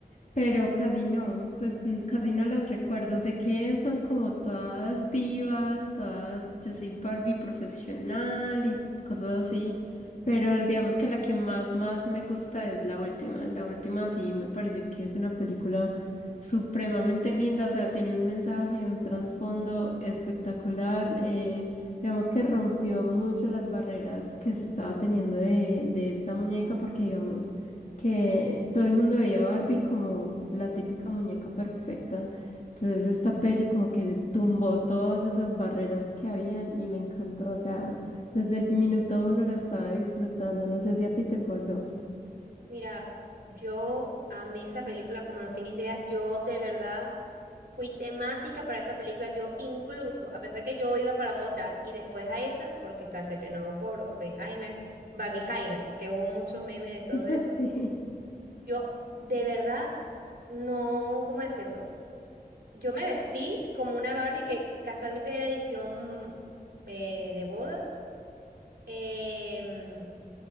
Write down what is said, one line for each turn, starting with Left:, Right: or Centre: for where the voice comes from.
Left: pero casi no, pues n- casi no las recuerdo, sé que son como todas divas, todas, yo soy Barbie profesional y cosas así. Pero digamos que la que más, más me gusta es la última. La última sí me pareció que es una película supremamente linda, o sea, tiene un mensaje, un trasfondo espectacular. eh, digamos que rompió mucho las barreras que se estaba teniendo de, de esta muñeca, porque digamos que todo el mundo veía a Barbie como la típica muñeca perfecta. Entonces esta peli como que tumbó todas esas barreras que habían y me encantó, o sea... Desde el minuto uno lo estaba disfrutando. No sé si a ti te pasó.
Right: Mira, yo amé esa película como no tienes idea. Yo de verdad fui temática para esa película. Yo incluso, a pesar que yo iba para otra y después a esa, porque esta se estrenó por Oppenheimer, Barbieheimer, que hubo muchos memes de todo
Left: <laughs>
Right: eso.
Left: Sí.
Right: Yo de verdad no, ¿cómo decirlo? Yo me vestí como una Barbie que casualmente era edición eh, de bodas. Em,